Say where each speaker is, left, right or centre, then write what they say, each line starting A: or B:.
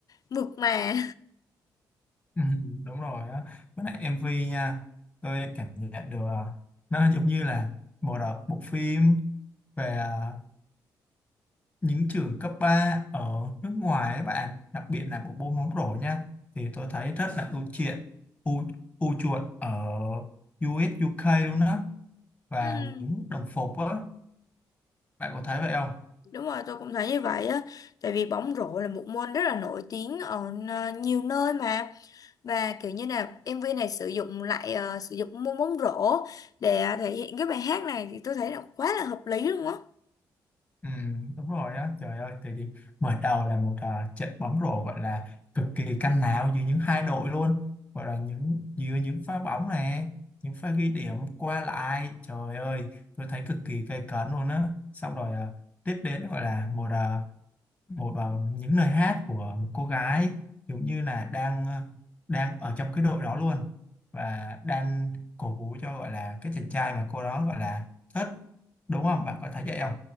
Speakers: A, on the left; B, on the left.
A: mượt mà
B: Ừ, đúng rồi á với lại MV nha tôi cảm nhận được à, nó giống như là bộ đọc bộ phim về à, những trường cấp 3 ở nước ngoài ấy bạn đặc biệt là bộ môn bóng rổ nha thì tôi thấy rất là ưu chuộng ưu, ưu chuộng ở u ét u UK luôn á và
A: <laughs> ừ.
B: những đồng phục á bạn có thấy vậy không
A: Đúng rồi, tôi cũng thấy như vậy á. Tại vì bóng rổ là một môn rất là nổi tiếng ở ờ, nhiều nơi mà. Và kiểu như là MV này sử dụng lại ờ, sử dụng môn bóng rổ để ờ, thể hiện cái bài hát này thì tôi thấy là quá là hợp lý luôn á.
B: Ừ, đúng rồi á trời ơi tại vì mở đầu là một à, trận bóng rổ gọi là cực kỳ căng não giữa những hai đội luôn gọi là những giữa những pha bóng này những pha ghi điểm qua lại trời ơi tôi thấy cực kỳ gay cấn luôn á xong rồi à, tiếp đến gọi là một à, một à, những lời hát của một cô gái giống như là đang à, đang ở trong cái đội đó luôn và đang cổ vũ cho gọi là cái chàng trai mà cô đó gọi là thích đúng không bạn có thấy vậy không